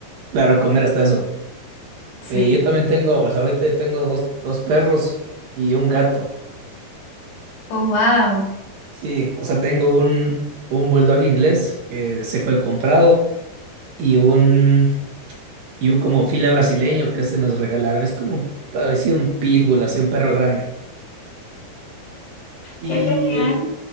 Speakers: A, on the right; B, on the left.
A: Claro, a comer hasta eso.
B: Sí.
A: Eh, yo también tengo, o sea, ahorita yo tengo dos, dos perros y un gato.
B: Oh, wow.
A: Sí, o sea, tengo un, un bulldog inglés que se fue comprado y un, y un como fila brasileño que se nos regalaron. Es como un- parecido a un pitbull, así un perro grande. Y
B: Qué genial.